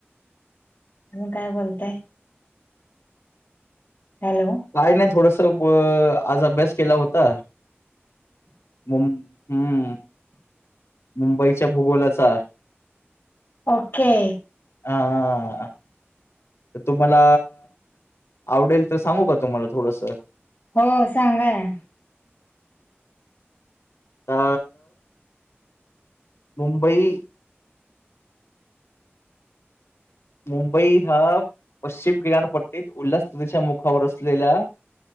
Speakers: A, on the left (about 60°); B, on the left (about 85°).
A: मग काय बोलताय हॅलो
B: काय नाही थोडस अ आज अभ्यास केला होता हम्म हम्म मुंबईच्या भूगोलाचा आहे
A: ओके
B: हा तर तुम्हाला आवडेल तर सांगू का तुम्हाला थोडस
A: हो सांगा ना
B: अ मुंबई मुंबई हा पश्चिम किनारपट्टीत उल्हास नदीच्या मुखावर असलेला